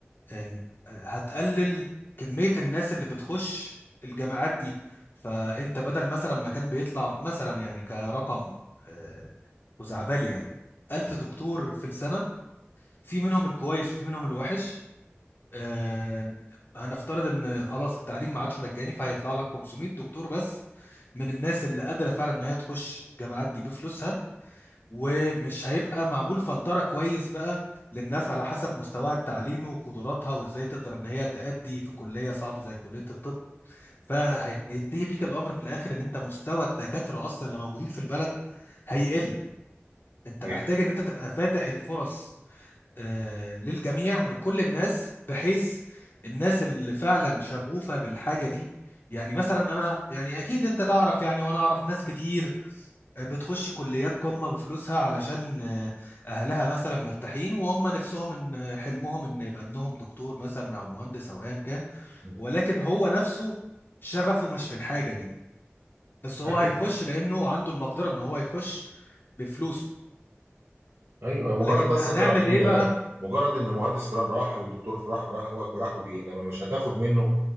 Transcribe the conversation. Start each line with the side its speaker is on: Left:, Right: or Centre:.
Left: أم، هتقلل كمية الناس اللي بتخش الجامعات دي فأنت بدل مثلا ما كان بيطلع مثلا يعني كرقم آه، خزعبلي يعني ألف
Right: مم.
Left: دكتور في السنة في منهم الكويس وفي منهم الوحش آه، هنفترض إن خلاص التعليم ما عادش مجاني فهيطلع لك 500 دكتور بس من الناس اللي قادرة فعلا إن هي تخش الجامعات دي بفلوسها ومش هيبقى معمول فلترة كويس بقى للناس على حسب مستواها التعليمي وقدراتها وازاي تقدر ان هي تأدي في كلية صعبة زي كلية الطب فهينتهي بيك الامر في الاخر ان انت مستوى الدكاترة اصلا اللي موجودين في البلد هيقل انت
Right: ايه
Left: محتاج ان انت تبقى فاتح الفرص آه، للجميع لكل الناس بحيث الناس اللي فعلا شغوفة بالحاجة دي يعني مثلا انا يعني اكيد انت تعرف يعني وانا اعرف ناس كتير بتخش كليات قمة بفلوسها علشان آه، أهلها مثلا مرتاحين وهم نفسهم إن حلمهم إن يبقى ابنهم دكتور مثلا أو مهندس أو أيا كان
Right: مم.
Left: ولكن هو نفسه شغفه مش في الحاجة دي بس هو
Right: ايوه
Left: هيخش لأنه عنده المقدرة إن هو يخش بفلوسه
Right: ايوه
Left: لكن
Right: مجرد بس
Left: هنعمل
Right: ان راح ال-
Left: إيه بقى؟
Right: مجرد ان المهندس فلان راح او الدكتور فلان راح وراح وجه انما مش هتاخد منه